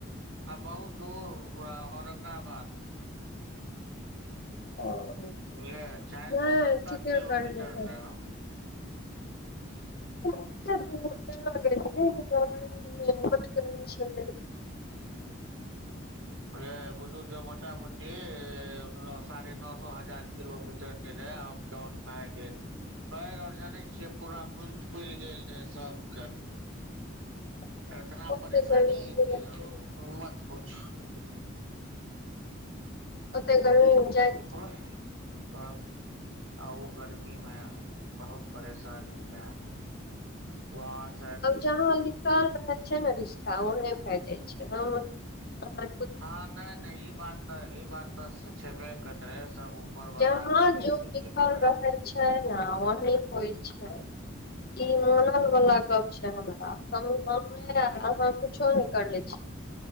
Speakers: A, on the right; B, on the left.
A: बहुत दूर औरंगाबाद
B: ओ
A: बुलिए चैरसो
B: नहि
A: सत्तर
B: ठीके
A: किलोमीटर
B: करले तऽ
A: रह
B: उतेक दूर <unintelligible> <unintelligible> छलै
A: अे बुझू जे मोटा मोटी न साढ़े नसो हजार किलोमीटर जे रहै डाउन भए गेल पैर आऔर जानै छियै, पूरा फूल फूलि गेल रहे सबके।
B: <inaudible>
A: एतना
B: ओते
A: परेशानी
B: गर्मी
A: कि मत पूछू।
B: ओते गर्मी में जाय
A: <unintelligible> आ ओ गर्मीमे बहुत परेशानी रहै। वास
B: आब जहाँ लिखल रहै छै ने रिश्ता ओहे भेए जाइ छै। हम अह
A: हँ नै - नै इ बात तऽ इ बात तऽ छेबे करे सब उपरवला
B: जहाँ
A: के जे
B: जो
A: छै
B: लिखल
A: से बनाइ
B: रहे
A: छै।
B: छै न वही होइ छै। इ मानल वाला गप छै, हमरा हमु अहा कुछो ने करले छी,